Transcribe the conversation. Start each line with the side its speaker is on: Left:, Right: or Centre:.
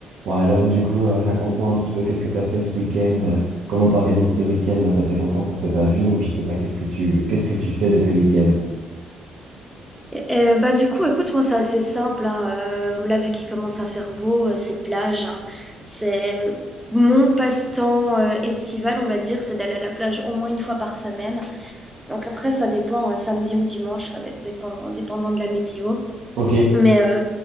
Right: Bon, alors du coup, euh, raconte-moi un petit peu qu'est-ce que tu as fait ce week-end, euh, comment t'organises tes week-ends, là ça fait longtemps qu'on s'est pas vu, donc je sais pas qu'est-ce que tu qu'est-ce que tu fais de tes week-ends.
Centre: Euh, bah du coup, écoute, moi c'est assez simple. Hein. Euh, là, vu qu'il commence à faire beau, euh, c'est plage. hein. C'est mon passe-temps euh, estival, on va dire, c'est d'aller à la plage au moins une fois par semaine. Donc après, ça dépend, euh, samedi ou dimanche, ça va être dépend- dépendant de la météo.
Right: Ok,
Centre: Mais, euh,